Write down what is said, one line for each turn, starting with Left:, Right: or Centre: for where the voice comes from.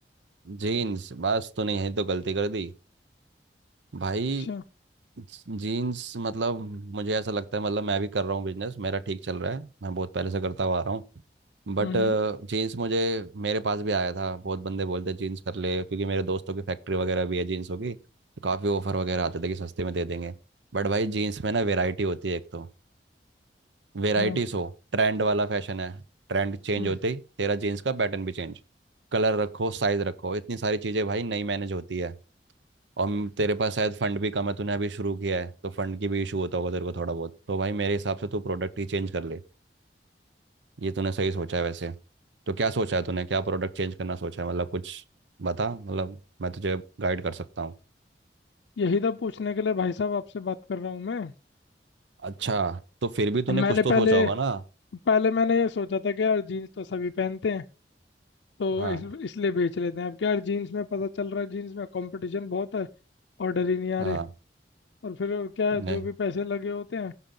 Right: जीन्स बस तूने यही तो गलती कर दी भाई
Left: अच्छा
Right: जीन्स मतलब मुझे ऐसा लगता है मतलब मैं भी कर रहा हूँ बिजनेस मेरा ठीक चल रहा है मैं बहुत पहले से करता हुआ आ रहा हूँ बट
Left: हम्म हम्म,
Right: जीन्स मुझे मेरे पास भी आया था बहुत बंदे बोलते हैं जीन्स कर ले क्योंकि मेरे दोस्तों की फैक्ट्री वगैरह भी है जीन्सों की तो काफ़ी ऑफर वगैरह आते थे कि सस्ते में दे देंगे बट भाई जीन्स में ना वेराइटी होती है एक तो वेराइटी
Left: हाँ
Right: सो ट्रेंड वाला फैशन है ट्रेंड चेंज
Left: हम्म
Right: होते ही तेरा जीन्स का पैटर्न भी चेंज कलर रखो साइज रखो इतनी सारी चीज़ें भाई नई मैनेज होती है और म- तेरे पास शायद फंड भी कम है तूने अभी शुरू किया है तो फंड की भी इशू होता होगा तेरे को थोड़ा बहुत तो भाई मेरे हिसाब से तू प्रोडक्ट ही चेंज कर ले ये तूने सही सोचा है वैसे तो क्या सोचा है तूने क्या प्रोडक्ट चेंज करना सोचा है मतलब कुछ बता मतलब मैं तुझे गाइड कर सकता हूँ
Left: यही था पूछने के लिए भाई साहब आपसे बात कर रहा हूँ मैं
Right: अच्छा तो फिर भी
Left: अब
Right: तूने
Left: मैंने
Right: कुछ तो
Left: पहले
Right: सोचा होगा ना
Left: पहले मैंने ये सोचा था कि यार जीन्स तो सभी पहनते हैं तो
Right: हाँ
Left: इस इसलिए बेच लेते हैं अब क्या यार जीन्स में पता चल रहा है जीन्स में कंपटीशन बहुत है ऑर्डर ही नहीं आ
Right: हाँ
Left: रहे और फिर क्या है,
Right: नहीं
Left: जो भी पैसे लगे होते हैं